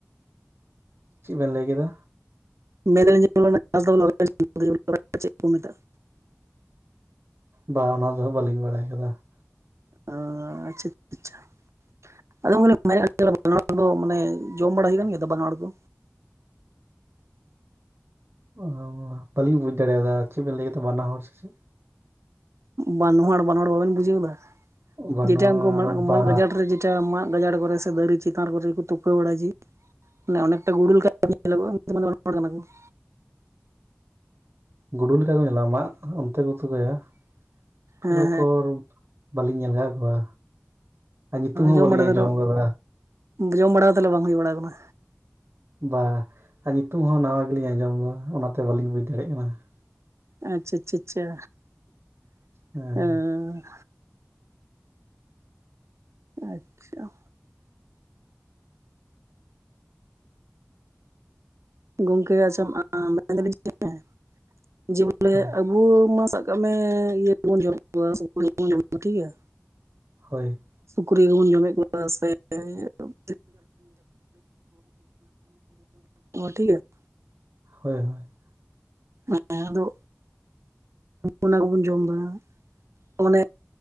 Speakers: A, on the right; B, on the right.
A: ᱪᱮᱫ ᱵᱮᱱ ᱞᱟᱹᱭ ᱠᱮᱫᱟ?
B: ᱢᱮᱱ ᱫᱟᱞᱤᱧ ᱚᱱᱟ ᱜᱷᱟᱥ <unintelligible> <inaudible> ᱪᱮᱫ ᱠᱚ ᱢᱮᱛᱟᱜᱼᱟ?
A: ᱵᱟ ᱚᱱᱟ ᱫᱚ ᱦᱟᱸᱜ ᱵᱟᱹᱞᱤᱧ ᱵᱟᱲᱟᱭ ᱟᱠᱟᱫᱟ ᱾
B: ᱚ ᱟᱪᱪᱷᱟ ᱪᱟ ᱪᱷᱟ, ᱟᱹᱞᱤᱧ ᱢᱟ ᱞᱤᱧ ᱢᱮᱱᱮᱫ ᱵᱟᱱᱣᱟᱲ ᱫᱚ ᱢᱟᱱᱮ ᱡᱚᱢ ᱵᱟᱲᱟ ᱦᱩᱭ ᱠᱟᱱ ᱜᱮᱭᱟ ᱛᱚ ᱵᱟᱱᱣᱟᱲ ᱠᱚ?
A: ᱚᱦᱚ, ᱵᱟᱹᱞᱤᱧ ᱵᱩᱡᱽ ᱫᱟᱲᱮᱭᱟᱫᱟ ᱪᱮᱫ ᱵᱮᱱ ᱞᱟᱹᱭ ᱠᱮᱫᱟ ᱵᱟᱱᱟ ᱦᱚᱲ ᱥᱮ ᱪᱮᱫ?
B: ᱵᱟᱱᱦᱟᱶᱟᱬ, ᱵᱟᱱᱶᱟᱬ ᱵᱟᱵᱮᱱ ᱵᱩᱡᱷᱟᱹᱣ ᱮᱫᱟ,
A: ᱵᱟᱱᱣᱟᱲ
B: ᱡᱮᱴᱟ ᱩᱱᱠᱩ ᱢᱟᱫ
A: ᱵᱟ
B: ᱢᱟᱫ ᱜᱟᱡᱟᱲ ᱨᱮ ᱡᱮ ᱪᱟ ᱢᱟᱜ ᱜᱟᱡᱟᱲ ᱠᱚᱨᱮ ᱥᱮ ᱫᱟᱨᱮ ᱪᱮᱛᱟᱱ ᱨᱮᱠᱚ ᱡᱮ ᱠᱚ ᱛᱩᱠᱟᱹ ᱵᱟᱲᱟᱭ ᱡᱮ ᱾ ᱢᱟᱱᱮ ᱚᱱᱮᱠᱴᱟ ᱜᱩᱲᱩ ᱞᱮᱠᱟ ᱧᱮᱞᱚᱜᱚᱜ-ᱟ, ᱩᱱᱠᱩ ᱫᱚ <unintelligible> ᱵᱟᱱᱶᱟᱬ ᱠᱟᱱᱟ ᱠᱚ ᱾
A: ᱜᱩᱰᱩ ᱞᱮᱠᱟ ᱠᱚ ᱧᱮᱞᱚᱜ-ᱟ, ᱢᱟᱜ ᱚᱱᱛᱮ ᱠᱚ ᱛᱩᱠᱟᱹᱭᱟ ᱚᱱᱠᱟ
B: ᱦᱮᱸ
A: ᱫᱚ ᱚᱠᱚᱨ ᱵᱟᱹᱞᱤᱧ ᱧᱮᱞ ᱟᱠᱟᱫ ᱠᱚᱣᱟ, ᱟᱨ ᱧᱩᱛᱩᱢ ᱦᱚᱸ
B: ᱡᱚᱢ
A: ᱵᱟᱹᱞᱤᱧ
B: ᱵᱟᱲᱟ
A: ᱟᱸᱡᱚᱢ
B: ᱫᱚ
A: ᱟᱠᱟᱫᱟ ᱾
B: ᱡᱚᱢ ᱵᱟᱲᱟ ᱫᱚ ᱛᱟᱦᱚᱞᱮ ᱵᱟᱝ ᱦᱩᱭ ᱵᱟᱲᱟ ᱟᱠᱟᱱᱟ?
A: ᱵᱟ, ᱟᱨ ᱧᱩᱛᱩᱢ ᱦᱚᱸ ᱱᱟᱣᱟ ᱜᱮᱞᱤᱧ ᱟᱸᱡᱚᱢ ᱮᱫᱟ ᱚᱱᱟᱛᱮ ᱵᱟᱹᱞᱤᱧ ᱵᱩᱡᱽ ᱫᱟᱲᱮᱜ ᱠᱟᱱᱟ ᱾
B: ᱟᱪᱪᱷᱟ ᱪᱷᱟ ᱪᱷᱟ,
A: ᱦᱮᱸ
B: ᱚ ᱾ ᱟᱪᱪᱷᱟ ᱾ ᱜᱚᱝᱠᱮ ᱟᱪᱪᱷᱟ ᱢᱟ ᱢᱮᱱᱫᱟᱹᱞᱤᱧ <inaudible> ᱡᱮ ᱵᱚᱞᱮ
A: ᱦᱮᱸ
B: ᱟᱹᱵ ᱟᱵᱚ ᱢᱟ ᱥᱟᱵ ᱠᱟᱜ ᱢᱮ ᱤᱭᱟᱹ ᱜᱮᱵᱚᱱ ᱡᱚᱢᱮᱜ ᱠᱚᱣᱟ, ᱥᱩᱠᱨᱤ ᱠᱚ ᱵᱚᱱ ᱡᱚᱢᱮᱜ ᱠᱚᱣᱟ ᱴᱷᱤᱠ ᱜᱮᱭᱟ ᱾
A: ᱦᱳᱭ ᱾
B: ᱥᱩᱠᱨᱤ ᱠᱚᱵᱚᱱ ᱡᱚᱢᱮᱫ ᱠᱚᱣᱟ, ᱥᱮ <unintelligible> <inaudible> <inaudible> ᱴᱷᱤᱠ ᱜᱮᱭᱟ ᱾
A: ᱦᱳᱭ ᱦᱳᱭ ᱾
B: ᱦᱮ ᱟᱫᱚ ᱚᱱᱟ ᱠᱚᱵᱚᱱ ᱡᱚᱢ ᱮᱫᱟ ᱢᱟᱱᱮ